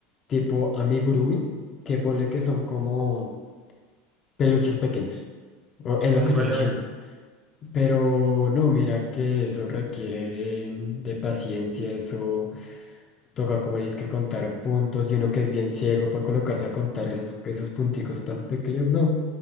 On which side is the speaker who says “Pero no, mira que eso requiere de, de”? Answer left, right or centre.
Left